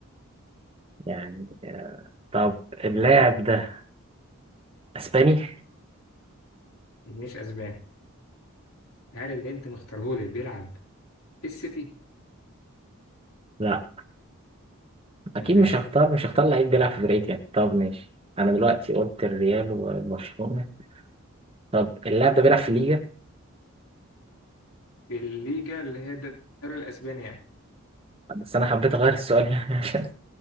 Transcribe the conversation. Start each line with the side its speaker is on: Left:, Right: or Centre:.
Right: يعني آه، طب اللاعب ده اسباني
Left: مش اسباني هل اللي انت مختارهولي بيلعب في السيتي
Right: لا
Left: تمام
Right: اكيد مش هختار مش هختار لعيب بيلعب في فرقتي يعني طب ماشي انا دلوقتي قلت الريال وبرشلونة طب اللاعب ده بيلعب في الليجا
Left: في الليجا اللي هي الدوري الاسباني يعني
Right: بس انا حبيت اغير السؤال يعني <laughs> عشان